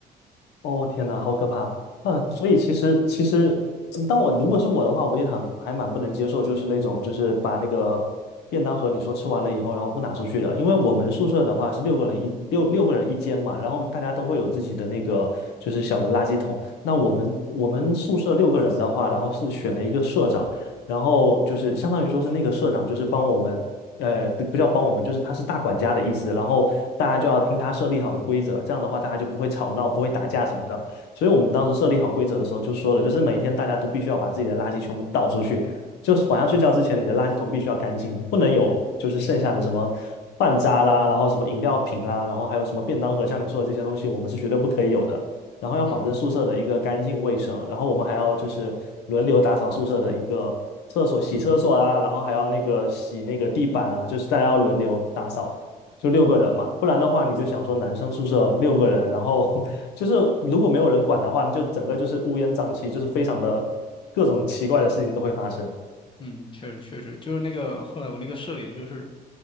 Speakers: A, on the left; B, on the left.
A: 哦，天哪，好可怕！呃，所以其实其实，嗯当我如果是我的话，我也很还蛮不能接受，就是那种就是把那个便当盒你说吃完了以后，然后不拿出去的。因为我们宿舍的话是六个人一六六个人一间嘛，然后大家都会有自己的那个就是小的垃圾桶。那我们我们宿舍六个人的话，然后是选了一个社长，然后就是相当于说是那个社长就是帮我们呃，不不叫帮我们，就是他是大管家的意思，然后大家就要听他设立好的规则，这样的话大家就不会吵闹，不会打架什么的。所以我们当时设立好规则的时候就说了，就是每天大家都必须要把自己的垃圾全部倒出去，就是晚上睡觉之前你的垃圾桶必须要干净，不能有就是剩下的什么饭渣啦，然后什么饮料瓶啦，然后还有什么便当盒，像你说的这些东西，我们是绝对不可以有的。
B: <laughs>
A: 然后要保证宿舍的一个干净卫生，
B: 嗯。
A: 然后我们还要就是轮流打扫宿舍的一个厕所，洗厕所啦，然后还要那个洗那个地板啦，就是大家要轮流打扫，就六个人嘛，不然的话你就想说男生宿舍六个人，然后 <laughs> 就是如果没有人管的话，你就整个就是乌烟瘴气，就是非常的各种奇怪的事情都会发生。
B: 嗯，确实确实，就是那个后来我那个舍友，就是